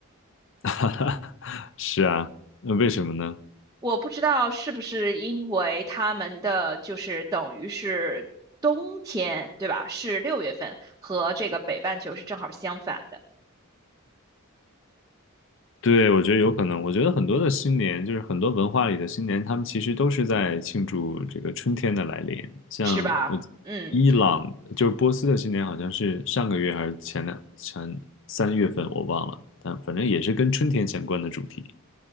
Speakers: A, on the left (about 60°); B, on the right (about 15°).
A: <laughs> 哈哈是啊，那为什么呢？
B: 我不知道是不是因为他们的就是等于是冬天，对吧？是六月份，和这个北半球是正好相反的，
A: 对，我觉得有可能，我觉得很多的新年，就是很多文化里的新年，他们其实都是在庆祝这个春天的来临。像我
B: 是吧？嗯。
A: 伊朗，就是波斯的新年，好像是上个月还是前两前三月份，我忘了，但反正也是跟春天相关的主题。